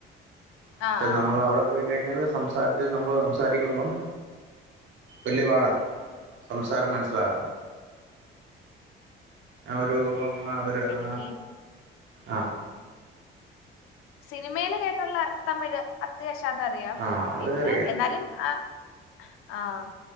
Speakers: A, on the right (about 65°); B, on the left (about 85°).
A: പക്ഷെ
B: ആഹ് ആഹ്
A: നമ്മൾ അവിടെ പോയി കഴിഞ്ഞാല് സംസാരത്തില് നമ്മള് സംസാരിക്കുമ്പം വല്യ പാടാ സംസാരം മനസ്സിലാവുന്നു ഞാൻ ഒരു <unintelligible>
B: എനിക്ക്
A: ആഹ്
B: സിനിമയില് കേട്ടുള്ള തമിഴ് അത്യാവശ്യം അതറിയാം
A: ആ അത്
B: പിന്നെ
A: അറിയാം
B: എന്നാലും ആ ആഹ്